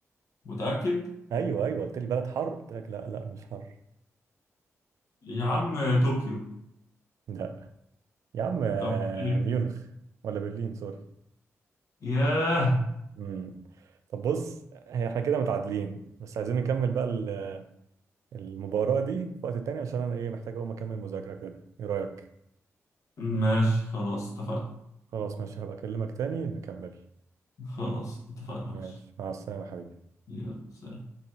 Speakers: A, on the left (about 70°); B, on the right (about 75°).
A: متأكد
B: ايوه ايوه قلت لي بلد حر قلت لك لا لا مش حر
A: يا عم طوكيو
B: لا يا عم آه،
A: طب إيه؟
B: ميونخ ولا برلين سوري
A: ياه
B: امم طب بص هي احنا كده متعادلين بس عايزين نكمل بقى ال- المباراة دي في وقت تاني عشان انا ايه محتاج اقوم اكمل مذاكرة كده ايه رأيك
A: ماشي خلاص اتفقنا
B: خلاص ماشي هبقى اكلمك تاني نكمل
A: خلاص اتفقنا
B: ماشي
A: ماشي
B: مع السلامة يا حبيبي
A: يلا سلام